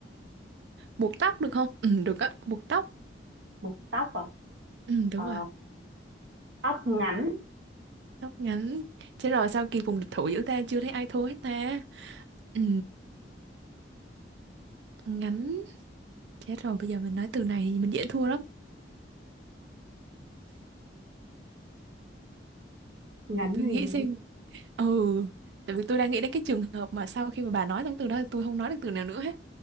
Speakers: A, on the right; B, on the right.
A: buộc tóc được không ừ được á buộc tóc
B: buộc tóc à
A: ừ đúng
B: Ờ,
A: rồi
B: tóc ngắn
A: tóc ngắn chết rồi sao kỳ vùng địch thủ giữa ta chưa thấy ai thua hết ta ừ ngắn chết rồi bây giờ mình nói từ này thì mình dễ thua lắm
B: ngắn
A: để tôi nghĩ
B: gì
A: xem ừ tại vì tôi đang nghĩ đến cái trường hợp mà sau khi mà bà nói xong từ đó thì tôi không nói được từ nào nữa hết